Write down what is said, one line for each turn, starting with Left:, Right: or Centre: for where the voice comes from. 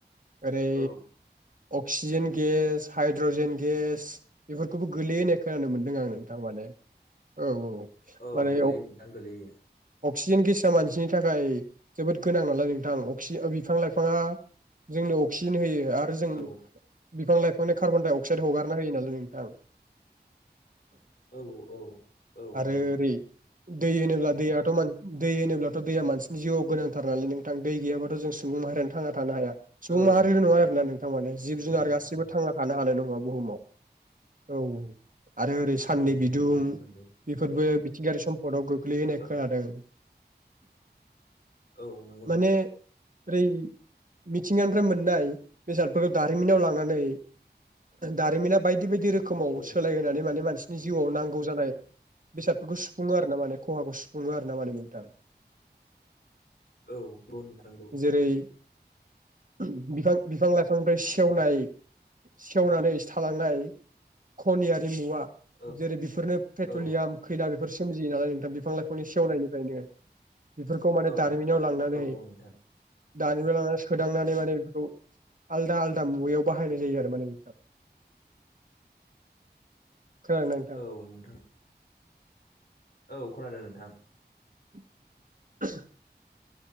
Right: ओरै
Left: औ
Right: अक क्सिजेन गेस हाइद्रजेन गेस बेफोरखौबो गोलैयोहोननाय खोनानो मोनदों आं नोंथां माने औ औ
Left: औ
Right: माने
Left: गोलैयो नोंथां गोलैयो
Right: अक्सिजेन गेसा मानसिनि थाखाय जोबोद गोनां नालाय नोंथां अक्सिजेनखौ बिफां लाइफाङा जोंनो अक्सिजेन होयो आरो जों
Left: औ
Right: बिफां लाइफांनि कार्बन दडाइ अक्साइद हगारना होयो नालाय नोंथां
Left: औ औ औ
Right: आरो
Left: नंगौ नोंथां
Right: ओरै दै होनोब्ला दैयाथ' दै होनोब्लाथ' दैया मानसिनि जिउआव गोनांथार नालाय नोंथां दै गैयाब्लााथ' जों सुबुं माहारियानो थांना थानो हाया सुबुं
Left: औ
Right: माहारिल'नङा
Left: नंगौ
Right: आरो ना नोंथां मानि जिब
Left: नंगौ
Right: जुनार गासिबो थांना थानो हानाय नङा बुहुमाव औ औ आरो ओरै साननि
Left: औ
Right: बिदुं
Left: नंगौ नोंथां नंगौ
Right: बेफोरबो मिथिंगायारि सम्फदआव गोग्लैयो होनाय
Left: औ
Right: खोनादों
Left: औ नंगौ
Right: माने
Left: नोंथां
Right: ओरै मिथिंगानिफ्राय मोननाय बेसादफोरखौ दारिमिनाव लांनानै दारिमिना बायदि बायदि रोखोम रोखोमाव
Left: औ
Right: सोलायहोनानै माने मानसिनि जिउआव नांगौ जानाय बेसादफोरखौ सुफुङो आरो ना माने खहाखौ सुफुङो आरो ना माने नोंथां
Left: औ बेनंगौ नंथारगौ
Right: जेरै <inaudible> बिफां बिफां लाइफांनिफ्राय सेवनाय सेवनानै थालांनाय खनियारिमुवा
Left: औ
Right: जेरै बेफोरनो पेट्रलियाम
Left: औ
Right: खैला बेफोर सोमजियो नालाय नोंथां बिफां लाइफांनि सेवनाय निफ्रायनो बेफोरखौ माने
Left: औ
Right: दारिमिनाव लांनानै
Left: औ औ नोंथां
Right: दारिमिनाव लानानै सोदांनानै माने बेफोरखौ आलदा आलदा मुवायाव बाहायनाय जायो आरो माने नोंथां <inaudible> नोंथां?
Left: औ नोंथां औ खोनादों नोंथां
Right: <unintelligible>